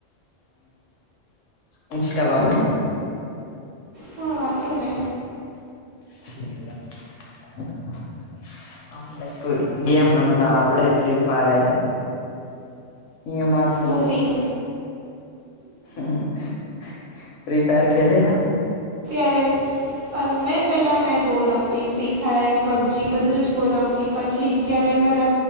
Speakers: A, on the left (about 75°); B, on the right (about 60°).
A: <inaudible> ઇન્સ્ટા વાપરો?
B: હ વાપરુ ને.
A: <unintelligible> અમને તો ગેમ રમતા આવડે ફ્રી ફાયર એમાં તો
B: બોરિંગ
A: <unintelligible> ફ્રી ફાયર ખેલેલા.
B: અત્યારે, મેં પહેલાં મેં બોરમતી ફ્રી ફાયર પબજી બધું જ બોરમતી,, પછી જ્યારે મારા,